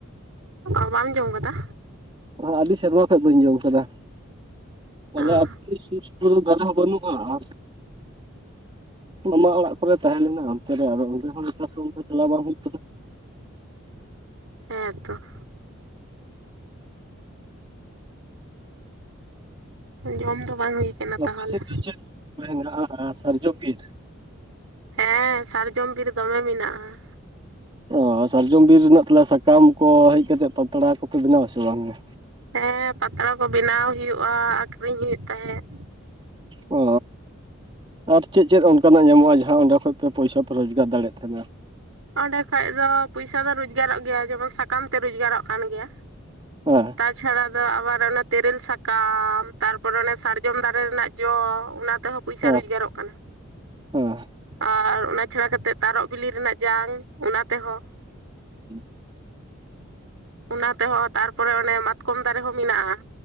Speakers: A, on the right; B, on the right.
A: ᱚ ᱵᱟᱢ ᱡᱚᱢ ᱟᱠᱟᱫᱟ
B: ᱟ ᱟᱹᱰᱤ ᱥᱮᱨᱢᱟ ᱠᱷᱚᱡ ᱵᱟᱹᱧ ᱡᱚᱢ ᱟᱠᱟᱫᱟ ᱾ ᱛᱟᱦᱞᱮ
A: ᱚ
B: ᱟᱹᱛᱩ ᱥᱩᱨ ᱥᱩᱯᱩᱨ ᱨᱮ ᱫᱟᱨᱮ ᱦᱚᱸ ᱵᱟᱹᱱᱩᱜᱼᱟ ᱟᱨ ᱢᱟᱢᱟ ᱚᱲᱟᱜ ᱠᱚᱨᱮ ᱛᱟᱦᱮᱸ ᱞᱮᱱᱟ ᱚᱱᱛᱮ ᱨᱮ ᱟᱫᱚ ᱚᱸᱰᱮ ᱦᱚᱸ ᱱᱮᱛᱟᱨ ᱫᱚ ᱚᱱᱠᱟ ᱪᱟᱞᱟᱣ ᱵᱟᱝ ᱦᱩᱭᱩᱜ ᱠᱟᱱᱟ᱾
A: ᱦᱮᱸ ᱛᱚ ᱾ ᱡᱚᱢ ᱫᱚ ᱵᱟᱝ ᱦᱩᱭ ᱠᱟᱱᱟ ᱛᱟᱦᱚᱞᱮ
B: ᱟᱯᱮ ᱥᱮᱫ ᱫᱚ ᱪᱮᱫ ᱵᱤᱨ ᱢᱮᱱᱟᱜᱼᱟ ᱚᱱᱟ ᱥᱟᱨᱡᱚᱢ ᱵᱤᱨ ᱾
A: ᱦᱮᱸ ᱥᱟᱨᱡᱚᱢ ᱵᱤᱨ ᱫᱚᱢᱮ ᱢᱮᱱᱟᱜᱼᱟ ᱾
B: ᱚ ᱥᱟᱨᱡᱚᱢ ᱵᱤᱨ ᱨᱮᱱᱟᱜ ᱛᱟᱦᱚᱞᱮ ᱥᱟᱠᱟᱢ ᱠᱚ ᱦᱮᱡᱽ ᱠᱟᱛᱮᱜ ᱯᱟᱛᱲᱟ ᱠᱚᱯᱮ ᱵᱮᱱᱟᱣ ᱟᱥᱮ ᱵᱟᱝᱜᱮ?
A: ᱦᱮᱸ ᱯᱟᱛᱲᱟ ᱠᱚ ᱵᱮᱱᱟᱣ ᱦᱩᱭᱩᱜᱼᱟ ᱟᱠᱷᱨᱤᱧ ᱦᱩᱭᱩᱜ ᱛᱟᱦᱮᱸᱫ
B: ᱚ ᱟᱨ ᱪᱮᱫ ᱪᱮᱫ ᱚᱱᱠᱟᱱᱟᱜ ᱧᱟᱢᱚᱜᱼᱟ ᱡᱟᱦᱟᱸ ᱚᱸᱰᱮ ᱠᱷᱚᱡᱽ ᱯᱮ ᱯᱚᱭᱥᱟ ᱯᱮ ᱨᱚᱡᱽᱜᱟᱨ ᱫᱟᱲᱮᱭᱟᱜ ᱛᱟᱦᱮᱱᱟ᱾
A: ᱚᱸᱰᱮ ᱠᱷᱚᱡᱽ ᱫᱚ ᱯᱚᱭᱥᱟ ᱫᱚ ᱨᱚᱡᱽᱜᱟᱨᱚᱜ ᱜᱮᱭᱟ ᱡᱮᱢᱚᱱ ᱥᱟᱠᱟᱢ ᱛᱮ ᱨᱚᱡᱽᱜᱟᱨᱚᱜ ᱠᱟᱱ ᱜᱮᱭᱟ᱾
B: ᱦᱮᱸ
A: ᱛᱟᱪᱷᱟᱲᱟ ᱫᱚ ᱟᱵᱟᱨ ᱚᱱᱮ ᱛᱮᱨᱮᱞ ᱥᱟᱠᱟᱢ ᱛᱟᱨᱯᱚᱨ ᱚᱱᱮ ᱥᱟᱨᱡᱚᱢ ᱫᱟᱨᱮ ᱨᱮᱱᱟᱜ ᱡᱚ ᱚᱱᱟ ᱛᱮᱦᱚᱸ ᱯᱚᱭᱥᱟ
B: ᱦᱮᱸ
A: ᱨᱚᱡᱽᱜᱟᱨᱚᱜ ᱠᱟᱱᱟ᱾
B: ᱦᱮᱸ
A: ᱟᱨ ᱚᱱᱟ ᱪᱷᱟᱲᱟ ᱠᱟᱛᱮᱫ ᱛᱟᱨᱚᱵᱽ ᱵᱤᱞᱤ ᱨᱮᱱᱟᱜ ᱡᱟᱝ ᱚᱱᱟ ᱛᱮᱦᱚᱸ
B: <unintelligible>
A: ᱚᱱᱟ ᱛᱮᱦᱚᱸ ᱛᱟᱨᱯᱚᱨᱮ ᱚᱱᱮ ᱢᱟᱛᱠᱚᱢ ᱫᱟᱨᱮ ᱦᱚᱸ ᱢᱮᱱᱟᱜᱼᱟ